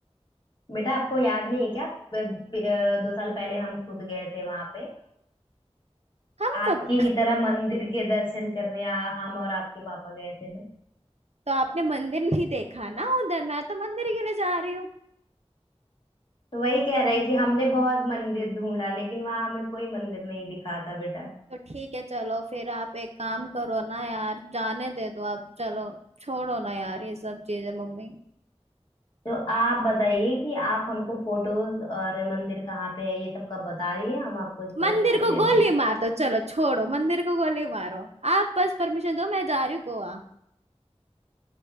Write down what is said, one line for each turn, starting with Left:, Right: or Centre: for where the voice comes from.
Left: बेटा आपको याद नहीं है क्या ब- ब- अ, दो साल पहले हम खुद गए थे वहां पे
Right: हम
Left: आपकी
Right: कब
Left: ही तरह मंदिर के दर्शन करने आ- हम और आपके पापा गए थे ना
Right: <laughs> तो आपने मंदिर नहीं देखा ना उधर मैं तो मंदिर के लिए जा रही हूँ
Left: तो वही कह रहे हैं कि हमने बहुत मंदिर ढूंढा लेकिन वहां हमें कोई मंदिर नहीं दिखा था बेटा
Right: तो ठीक है चलो फिर आप एक काम करो ना यार जाने दे दो आप चलो छोड़ो ना यार ये सब चीजें मम्मी
Left: तो आप बताइए कि आप हमको फोटोज और मंदिर कहाँ पे है ये सब कब बता रही हैं हम आपको
Right: मंदिर
Left: परमिशन
Right: को
Left: दे
Right: गोली
Left: देंगे
Right: मार दो चलो छोड़ो मंदिर को गोली मारो आप बस परमिशन दो मैं जा रही हूँ गोवा